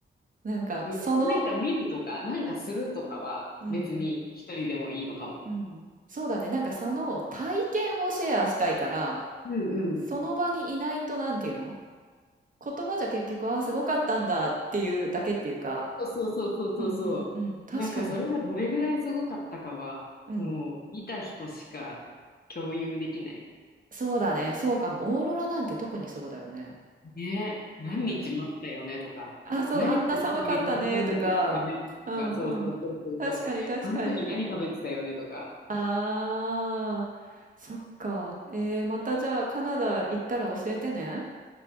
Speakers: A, on the right (about 40°); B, on the left (about 45°).
A: なんか、
B: ねなんか見るとか、
A: その、
B: なんかするとかは別に一人でもいいのかも。
A: うんうん。うん。そうだね。なんかその体験をシェアしたいから、
B: うんうん。
A: その場にいないとなんていうの言葉じゃ結局、ああ、すごかったんだっていうだけっていうか、
B: そうそうそうそうそう。
A: うんうんうん。確かに。
B: なんかそれがどれぐらいすごかったかは、
A: うん。
B: もう見た人しか共有できない。
A: そうだね。そうかも。オーロラなんて特にそうだよね。
B: ね、何日待ったよねとか、
A: なんか、あ、そう、
B: 何してる時に突然出てきたよねとか、
A: あんな寒かったねとか、うんうん。
B: そうそうそうそうそう。
A: 確かに確かに。
B: あの時何食べてたよねとか。
A: ああ、そっか。えー、またじゃあカナダ行ったら教えてね。